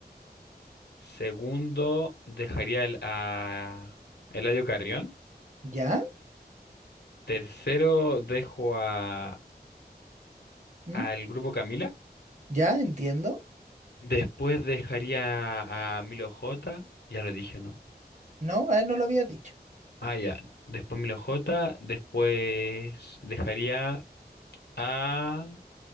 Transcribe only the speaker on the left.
Segundo, dejaría el, a Eladio Carrión.
Tercero, dejo a
al grupo Camila.
Después dejaría a Milo J. Ya lo dije, ¿no?
Ah, ya. Después Milo J. Después dejaría a